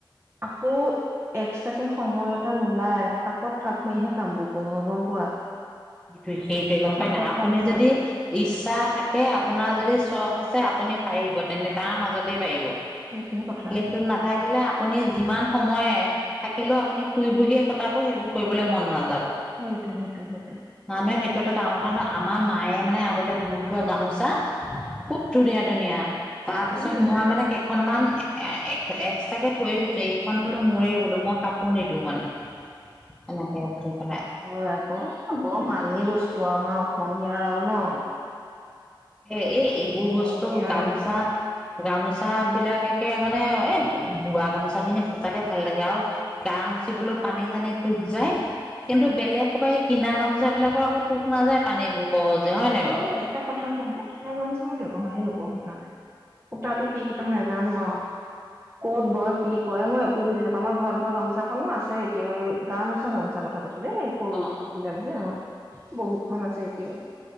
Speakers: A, on the right; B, in the centre.
A: আকৌ এক্সট্ৰাকে সময় এটা নোলাই থাকত থাক মাৰিহে কামবোৰ কৰো মই গম পোৱা
B: সেইটো সেইটোৱে গম
A: থাকত
B: পাই নাই আপুনি
A: থাক মাৰি
B: যদি ইচ্ছা থাকে আপোনাৰ যদি চখ আছে আপ আপুনি পাৰিব তেন্তে তাৰ মাজতেই পাৰিব
A: সেইটোৱে কথা
B: কিন্তু নাথাকিলে আপুনি যিমান সময় থাকিলেও আপুনি শুই বহিয়ে কটাব সেইবোৰ কৰিবলৈ মন নাযাব
A: সেইটো সেইটো সেইটো
B: মানুহে সেইটো এটা ডাঙৰ কথা নহয় আমাৰ মায়ে মানে আগতে বুৈ থোৱা গামোচা খুব ধুনীয়া ধুনীয়া তাৰপিছত
A: উম
B: মই মানে কেইখনমান এক্সট্ৰাকে থৈয়ে দিছো এইখন বোলো মোৰে বোলো মই কাপো নিদিওঁ মানে এনেকে বুলি পেলাই
A: হয় আকৌ বৰ ম ধী বস্তু আমাৰ অসমীয়াৰ আৰু ন
B: এ এ এইবোৰ
A: অসমীয়াৰ
B: বস্তু গামচা গামোচা বিলাক একে মানে এ বোৱা গামোচা খিনি সচাকে ভাল লাগে আৰু গা মুচিবলৈও পানী জানি টোপ যায় কিন্তু বেলেগ বা কিনা গামোচা বিলাকৰ আকৌ টোক নাযায় পানীবোৰ সহজে হয় নাই বাৰু
A: মই এটা কথা কিনা গামোছে মই ব্যৱহায় নকৰো সেইকাৰণে সূতাতটো কি সূতা নোজানো আৰু কত বৰ কি কয় মই একো বুজিাপাওঁ আমাৰ ঘৰত বোৱা গামোচাখননো আছে এতিয়া গামোচা গামোচা কথা কৈছো দেই সৰু
B: অ অ
A: বিলাক যে
B: উম
A: অ বহুত খন আছে এতিয়াও